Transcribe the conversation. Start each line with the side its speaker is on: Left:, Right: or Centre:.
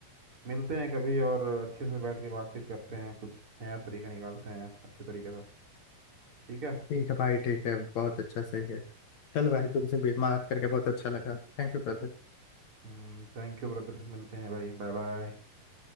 Right: मिलते हैं कभी और अच्छे से बैठ के बातचीत करते हैं कुछ नया तरीका निकालते हैं अच्छे तरीके से ठीक है
Left: ठीक है भाई ठीक है बहुत अच्छा सही है चल भाई तुमसे भी बात करके बहुत अच्छा लगा Thank you brother
Right: हम्म थैंक यू ब्रदर मिलते हैं भाई बाय बाय